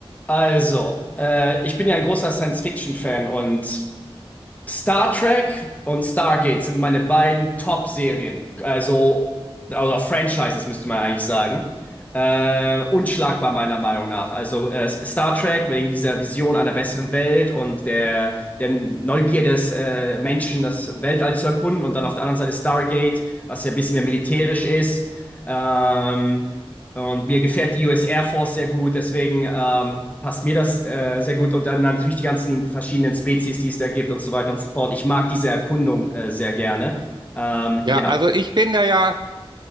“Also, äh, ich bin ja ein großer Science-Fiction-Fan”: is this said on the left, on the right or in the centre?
Left